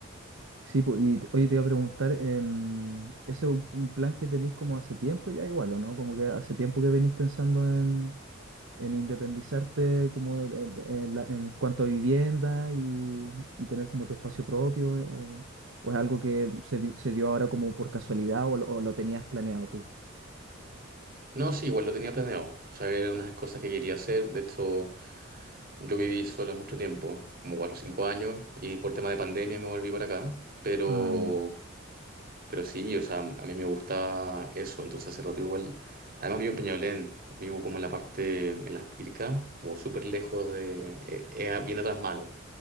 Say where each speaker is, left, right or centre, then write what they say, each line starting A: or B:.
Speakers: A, on the right (about 65°); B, on the right (about 45°).
A: Sí, po. Y te- oye, te iba a preguntar, em, ¿ese es un, un plan que tenéis como hace tiempo ya igual, o no? Como que hace tiempo que venís pensando en en independizarte como de- de- de- en, la- en cuanto a vivienda y, y tener como tu espacio propio eh, o, o es algo que se, di- se dio ahora como por casualidad o, lo o lo tenías planeado tú?
B: No, sí, igual lo tenía planeado. O sea, eran unas cosas que quería hacer. De hecho, yo viví solo mucho tiempo, como cuatro o cinco años, y por tema de pandemia me volví para acá. Pero,
A: Ah, ya.
B: pero sí, o sea, a mí me gusta eso. Entonces hace rato igual, además vivo en Peñalolén, vivo como en la parte, en las Pircas, como súper lejos de, eh, eh, bien atrás mano.